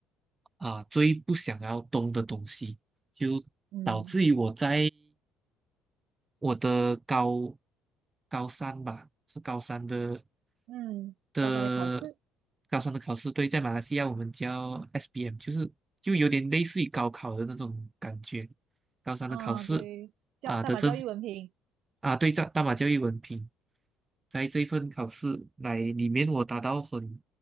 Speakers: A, on the right; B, on the right.
A: 啊最不想要动的东西，就导致于我在
B: 嗯
A: 我的高高三吧，是高三的
B: 嗯，
A: 的
B: 高三的考试
A: 高三的考试，对，在马来西亚我们叫 SBM，就是就有点类似于高考的那种感觉。高三的考试
B: 啊，对，教大马教育文凭，
A: 啊的政府啊，对，大大马教育文凭，在这一份考试来里面，我达到很